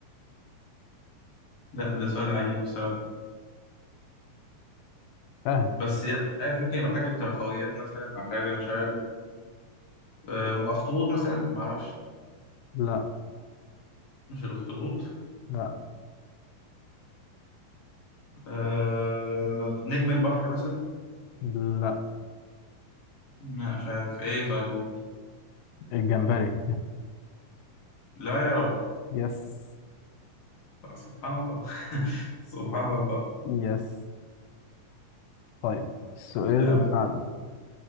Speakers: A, on the left; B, on the left.
A: لا ده سؤال عجيب بصراحة
B: سهل
A: بس يعني مش عارف ممكن يبقى حاجة بتراخويات مثلا أو حاجة مش عارف أه أخطبوط مثلا معرفش
B: لا
A: مش الأخطبوط
B: لا
A: أه نجم البحر مثلا
B: لا
A: لا مش عارف ايه طيب
B: الجمبري
A: لا يا راجل
B: <laughs> يس
A: سبحان الله <laughs> سبحان الله
B: يس طيب السؤال
A: يا
B: اللي
A: عم
B: بعده